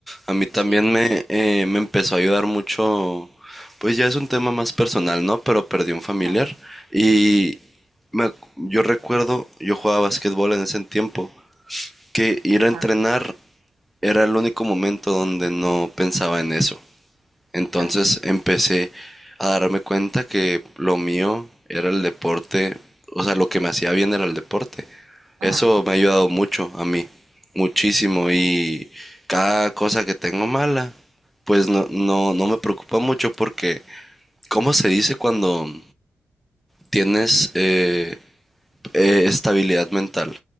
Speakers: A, in the centre; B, on the right.
A: A mí también
B: Sí.
A: me, eh, me empezó a ayudar mucho, pues ya es un tema más personal, ¿no? Pero perdí un familiar
B: Ajá,
A: y me ac- yo recuerdo, yo jugaba básquetbol en ese tiempo, que ir a
B: ajá,
A: entrenar era el único momento donde no pensaba en eso. Entonces
B: ajá,
A: empecé a darme cuenta que lo mío era el deporte, o sea, lo que me hacía bien era el deporte. Eso
B: ajá,
A: me ha ayudado mucho a mí, muchísimo. Y cada cosa que tengo mala, pues no, no, no me preocupa mucho porque, ¿cómo se dice cuando tienes eh, eh, estabilidad mental?